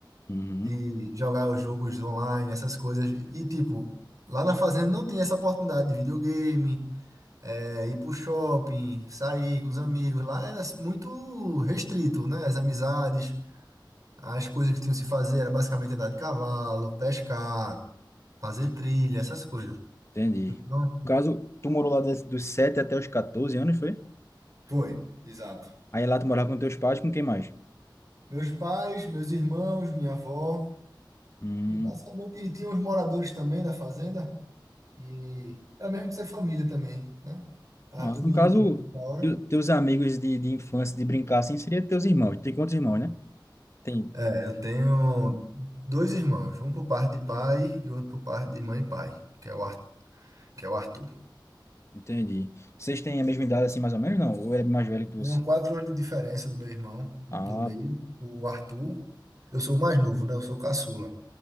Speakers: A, on the left; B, on the right.
A: Uhum,
B: de jogar os jogos online, essas coisas. E, tipo, lá na fazenda não tinha essa oportunidade de videogame, é, ir pro shopping, sair com os amigos. Lá era muito restrito, né? As amizades, as coisas que tinham que se fazer era basicamente andar de cavalo, pescar, fazer trilha, essas coisas.
A: entendi.
B: Então,
A: No caso, tu morou lá des- dos 7 até os 14 anos, foi?
B: foi, exato.
A: Aí lá tu morava com teus pais, com quem mais?
B: Meus pais, meus irmãos, minha avó,
A: Hum,
B: e basicamente e tinha os moradores também da fazenda, que era mesmo que ser família também, né? Tava
A: nossa,
B: todo
A: no
B: mundo
A: caso,
B: junto na hora.
A: te- teus amigos de, de infância, de brincar assim, seria teus irmãos. Tem quantos irmãos, né? tem
B: É, eu tenho dois irmãos, um por parte de pai e outro por parte de mãe e pai, que é o que é o Arthur.
A: Entendi. Vocês têm a mesma idade, assim, mais ou menos, não? Ou ele é mais velho que
B: Tenho
A: você?
B: quatro anos de diferença do meu irmão,
A: Ah,
B: do meio,
A: pô.
B: o Arthur. Eu sou o mais novo, né? Eu sou o caçula.